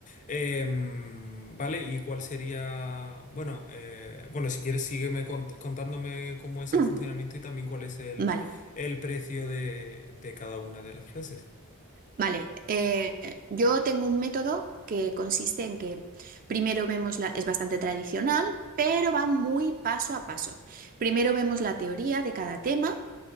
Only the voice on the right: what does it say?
<clears throat>
Mm. Vale,
vale. Eh, yo tengo un método que consiste en que primero vemos la, es bastante tradicional, pero va muy paso a paso. Primero vemos la teoría de cada tema.